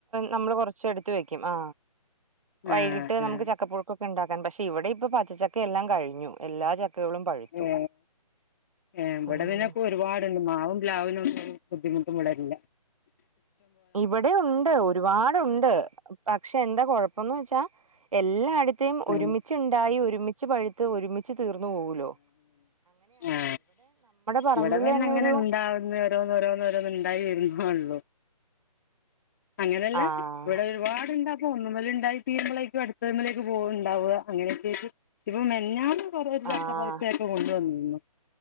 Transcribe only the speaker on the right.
നമ്മൾ കൊറചെട് വയ്ക്കും ആ..... വൈകിട്ട്
നമുക്ക്
ചക്കപ്പുഴുക്കൊക്കെ ഉണ്ടാക്കാൻ പക്ഷെ ഇവിടെ ഇപ്പൊ പച്ചക്ക എല്ലാം കഴിഞ്ഞു എല്ലാ...... ചക്കകളും പഴുത്തു
ഉം
ഇവിടെ ഉണ്ട് ഒരുപാടുണ്ട് പക്ഷെ എന്താ കൊഴപ്പന്ന് വെച്ചാ....... എല്ലായിടത്തേും
ഒരുമിച്ചുണ്ടായി ഒരുമിച്ച് പഴുത്ത് ഒരുമിച്ച് തീർന്നു പോവൂലോ....
പറമ്പില്
തന്നെ
ഒരു
ആഹ്
ആഹ്